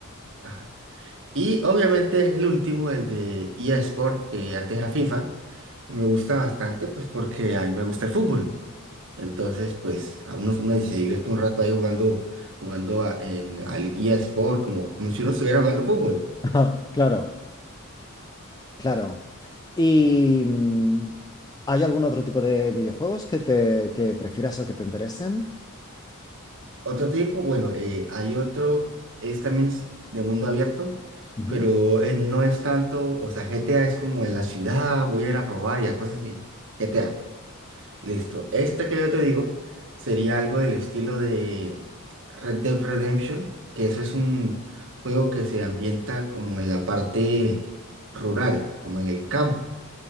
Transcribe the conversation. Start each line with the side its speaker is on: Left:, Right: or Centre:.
Right: Ajá. Y obviamente el último, el de EA Sport, que antes era FIFA, me gusta bastante pues porque a mí me gusta el fútbol. Entonces pues a uno, uno se divierte un rato ahí jugando, jugando a- en, al EA Sport, como, como si uno estuviera jugando fútbol.
Left: <laughs> Claro. Claro. ¿Y mm, hay algún otro tipo de videojuegos que te que prefieras o que te interesen?
Right: Otro tipo, bueno, eh, hay otro, es también s- de mundo abierto,
Left: Ujú.
Right: pero eh, no es tanto, o sea, GTA es como en la ciudad, voy a ir a robar y a cosas así. GTA, listo. Este que yo te digo sería algo del estilo de Red Dead Redemption, que eso es un juego que se ambienta como en la parte rural, como en el campo.